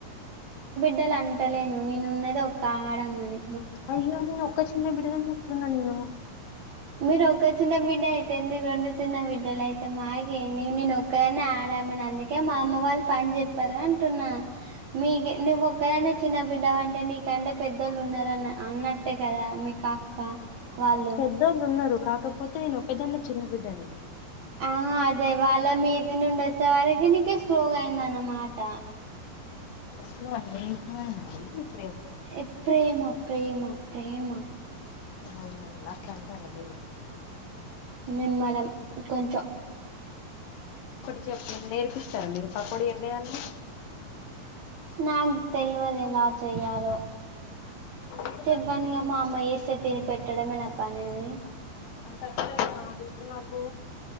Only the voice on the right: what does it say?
బిడ్డాలంటలేను నేను ఉన్నది ఒక ఆడమ్మనే
మీరూ ఒక్క చిన్న బిడ్డ అయితేది మీ రెండు చిన్న బిడ్డల యితమ్గే నేను ఒక్కదన్నీ ఆడ మని అందుకే మా అమ్మ వాళ్ళు పన్ చెప్పారు అంటున్నా మీకు నువ్వు ఒక్కదన్వే చిన్న బిడ్డవ అంటే నీకంటే పెద్దోళ్ళు ఉన్నారన్న అన్నట్టే కదా మీకు ఆక్క వాళ్ళు
ఆ అదే వాళ్ళ మీది నుండి వచ్చే వరకి నీకు స్లోగా అయిందనమాట
ఎ ప్రేమా ప్రేమా ప్రేమా
నిమ్మళం కొంచం
నాకటేల్వదు ఎలా చెయాలో
చెప్పంగా
మా అమ్మా చేస్తే తిని పెట్టడమే పని అని